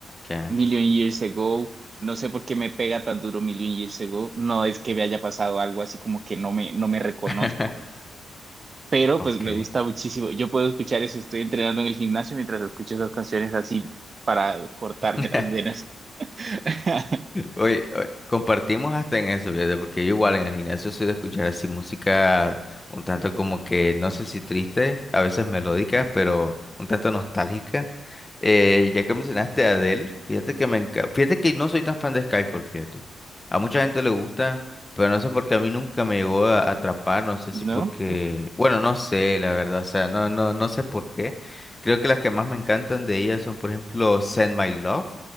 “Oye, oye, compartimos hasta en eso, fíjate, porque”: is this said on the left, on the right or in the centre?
Left